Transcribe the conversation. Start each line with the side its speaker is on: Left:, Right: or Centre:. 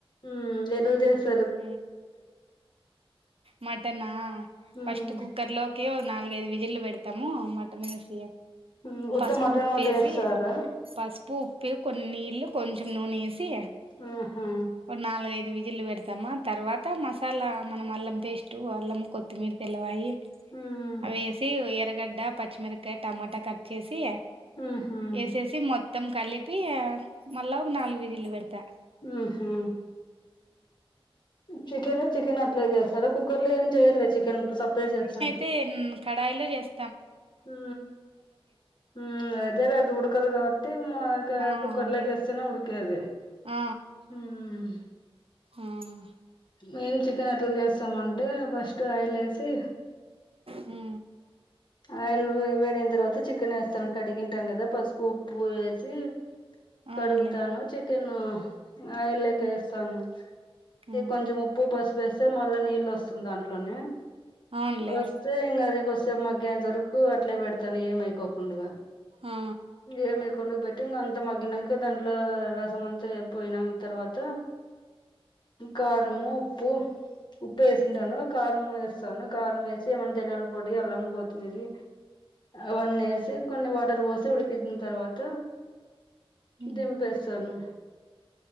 Left: ఊ ఎదులు చేస్
Right: ఊ మటనా
Left: ఉమ్
Right: ఫస్ట్ కుక్కర్ లో నాలుగైదు విజిల్లు పెడు తము మటన్ వేసి
Left: ఉమ్ ఉత్త
Right: పసుపు
Left: మటన్
Right: ఉప్పు
Left: ఒకటే
Right: వేసి
Left: ఏస్తారా
Right: పసుపు ఉప్పు కొన్ని నీళ్లు కొంచెం నూనె ఏసి
Left: ఆహా
Right: ఒ నాలుగఐదు విజిల్లు పెడతామా తర్వాత మసాలా మనం అల్లం పేస్ట్ టు అల్లం కొత్తిమీర్ తెల్లవాయి
Left: ఉమ్
Right: అవేస్ టె ఎర్రగడ్డ పచ్చిమిరకాయ టమాటా కట్ చేసి
Left: ఉహు
Right: ఏసెస్ సి మొత్తం కలిపి ఆ మళ్ళా ఒక నాలుగు విజల్లు పెడతా
Left: ఉ హా చికెన్ చికెన్ అట్లా చేస్తారా కుక్కర్ లో ఏం చేయర్లే చికెన్ సపరేట్ చేస్తారు
Right: తేన్ కడాయిలో చేస్
Left: ఉ ఉ అదే లే అది ఉడకదు కాబట్టి
Right: ఆ
Left: కుక్కర్
Right: అదే
Left: లోకేస్ స్తేనే ఉడికేది
Right: ఆ
Left: ఉహ్
Right: ఆహ్
Left: మేం చికెన్ ఎట్ల చేస్తామంటే ఫస్ట్ ఆయిల్ వేసి
Right: హు
Left: ఆయిల్ వేడైన తర్వాత చికెన్ వేస్తాను కడిగింటాం కదా పసుపు ఉప్పు వేసి
Right: అవునులే
Left: కడుగుతాను చికెన్ ఆయిల్లేకి
Right: ఉమ్,
Left: వేస్తాను
Right: ఆ,
Left: ఇగ కొంచెం ఉప్ ఉప్పు పసి వేస్తే మళ్ళా నీళ్ళు వస్తుంది దాంట్లోనే
Right: అవునులే
Left: వస్తే ఇంగా అది కొద్దిసేపు మాగ్ గేయంతా వరకు అట్లే పెడతాను ఏమైకోకుండాగా
Right: ఆ
Left: ఏమై కొను పెట్టి ఇంక అంత మగ్గినంకా దాంట్లో రసం అంతా పోయిన తర్వాత కారము ఉప్పు ఉప్పు వేసింటాను
Right: ఉమ్.
Left: కారం వేస్తాను కారం వేసి ఏమైన ధనియాల పొడి అల్లం కొత్తిమీర్ అవన్నీ వేసి కొన్ని వాటర్ పోసి ఉడికించిన తర్వాత
Right: ఉమ్
Left: దింపేస్తాను